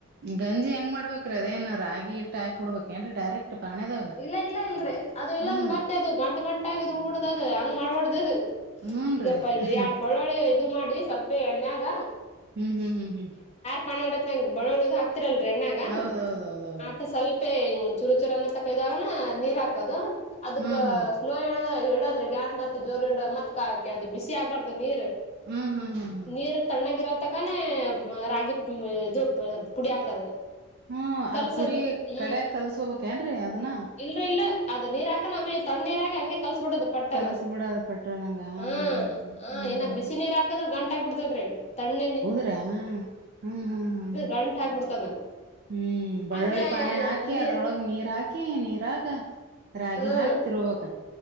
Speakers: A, on the right; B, on the left.
A: ಗಂಜಿ ಹೆಂಗ ಮಾಡ್ಬೇಕ್ರ ಅದೇನ ರಾಗಿ ಇಟ್ಟ ಹಾಕಿಡ್ಬೇಕೇಏನ್ೀ ಡೈರೆಕ್ಟ್ ಪಾಣೆದಾಗ
B: ಇಲ್ಲ ಇಲ್ಲ ಇಲ್ ಅದು ಇಲ್ಲಾಂದ
A: ಹ್ಮ್
B: ಮತ್ತೆ ಅದು ಗಂಟ ಗಂಟಗ ಹಬಡ್ದದ ಹಂಗ್ ಮಾಡ್ಬಾರಡ್ದದು
A: ಹೂನ್ರಿ
B: ಈಗಪ್ಪ ಇ
A: ಹ್ಮ್
B: ಎರಡು ಬಳ್ಳಳಿ ಇದು ಮಾಡಿ ಸ್ವಲ್ಪೇ ಎಣ್ಣ್ಯಾಗ
A: ಹ್ಮ್ ಹ್ಮ್ ಹ್ಮ್ ಹ್ಮ್
B: ಪಿ ಮಾಡಡತ್ಂಗ ಬಳಳದು ಹಾಕ್ತಿರಲ್ರಿ ಎಣ್ಣಾಗ
A: ಹೌದೌದೌದೌದ್ರಿ
B: ಆ ಸ್ಲ್ಪ ಚೂರು ಚೂರ ತಾಗ ನೀರ್ ಹಾಕದು ಅದಕ್ಫ
A: ಹ್ಮ್ ಹ್ಮ್
B: ಇಡ್ರ ಗ್ಯಾಸ್ತ್ತೆ ಜೋರ್ ಇಡೋ ಮತ್ ಕಾಕ ಅದು ಬಿಸಿ ಆಗ್ಬಾರ್ದು ನೀರ್
A: ಹ್ಮ್ ಹ್ಮ್ ಹ್ಮ್ ಹ್ಮ್
B: ನೀರ್ ತಣ್ಣಗಿರೋತಕ್ಕಾನ ರಾಗಿಿ ಇದು ಪುಡಿಯಕದು
A: ಹ್ಮ್ ಅದ್
B: ಕಲ್ಸದ
A: ಪುಡಿ
B: ಹ್ಮ್
A: ಕಡ್ಯಾಗ ಕಲ್ಸ್ಕೋಬೇಕೇನ್ರಿ ಅದನ್ನ
B: ಇಲ್ರಿ ಇಲ್ಲ ಅದು ನೀರ್ ಹಾಕಣ ಆಮೇ ತಣ್ಣ ನೀರ ಆ ಹಂ ಕಸ ಪಟ್ಟ
A: ಕಲಸ್ಬಿಡದ ಪಟ್ರ ನಂಗ
B: ಹ
A: ಹ್ಮ್ ಹ್ಮ್ ಹ್ಮ್ ಹ್ಮ್
B: ಬಿಸ
A: ಹ್ಮ್
B: ನೀರು ಹಾಕ್ರ ಗಂ ಬಿಡ್ತದ್ರೆ ತಣ್ಣ
A: ಹ್ಮ ಹ್ಮ್ ಹ್ಮ್ ಹ್ಮ್ ಹ್ಮ್
B: ಗಂಟ್ ಆಗ್ಬಿಡ್ತದ
A: ಹ್ಮ್ ಬೆಳ್ಳುಳ್ಳಿ
B: ಹಂಗೆ
A: ಪಾಣೆ ಹಾಕಿ
B: ನೀರ್
A: ಅದ್ರೊಳಗ್ ನೀರ್ ಹಾಕಿ ನೀರಾಗ ರಾಗಿ
B: ಹ್ಮ್
A: ಹಾಕಿ ತಿರ್ಬೇಕ